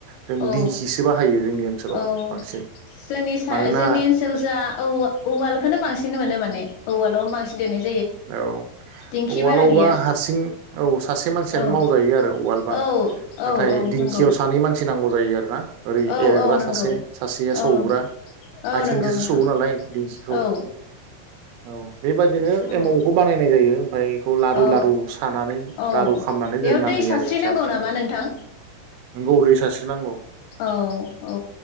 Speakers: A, on the right; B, on the left.
A: जों
B: औ
A: दिंखिसो बाहायो जोंनि ओनसोलाव
B: औ
A: बांसिन
B: जोंनि सा
A: मानोना
B: जोंनि ओनसोल जा औ-औवालखौनो बांसिन मोनो माने औवालआवनो बांसिन देननाय जायो।
A: औ
B: दिंखि
A: उवालावबा
B: बारा गैया
A: हारसिं औ सासे मानसियानो
B: औ
A: मावजायो आरो उवाल। बा
B: औ
A: नाथाय
B: औ औ
A: दिंखियाव
B: नंगौ
A: सानै मानसि नांगौ जायो आरोना। ओरै
B: औ
A: एरग्रा
B: औ नंगौ
A: सासे सासेया सौग्रा
B: औ औ
A: आथिंजोंसो
B: नंगौ नोंथां
A: सौवो नालाय दिंखिखौ
B: औ
A: औ बेबादिनो।
B: औ
A: एमावखौ बानायनाय जायो ओमफ्राय बेखौ लारु
B: औ
A: लारु सानानै
B: औ
A: लारु खालामनानै
B: बेयाव
A: दोनना
B: दै
A: होयो
B: सारस्रिनांगौ
A: आरो फिसा फिसाहै।
B: नामा नोंथां
A: नोंगौ दै सास्रि नांगौ।
B: औ औ